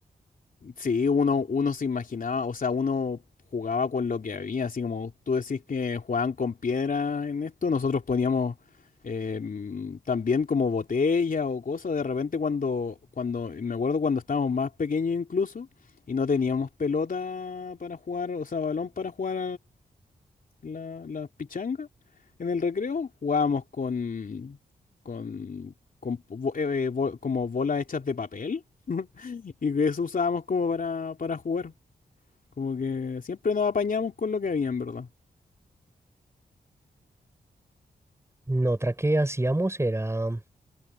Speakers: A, on the left; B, on the right.
A: Sí, uno, uno se imaginaba, o sea, uno jugaba con lo que había, así como tú decís que jugaban con piedra en esto, nosotros poníamos em, también como botella o cosas, de repente cuando, cuando, me acuerdo cuando estábamos más pequeños incluso, y no teníamos pelota para jugar, o sea, balón para jugar la, la pichanga. En el recreo jugábamos con, con, con bo- eh, eh, bo- como bolas hechas de papel <laughs> y que eso usábamos como para, para jugar. Como que siempre nos apañamos con lo que había, en verdad.
B: Mm, Otra que hacíamos era